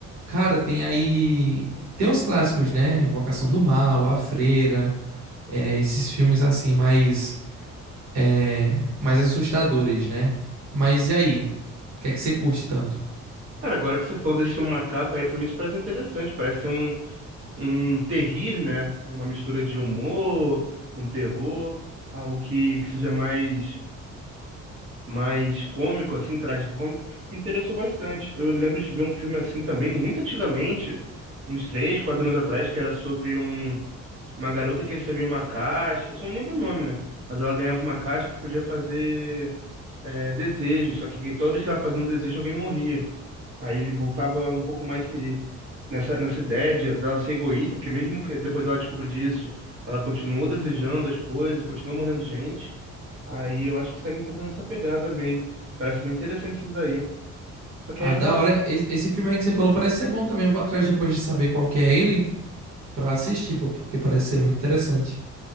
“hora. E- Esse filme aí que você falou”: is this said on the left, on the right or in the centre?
Right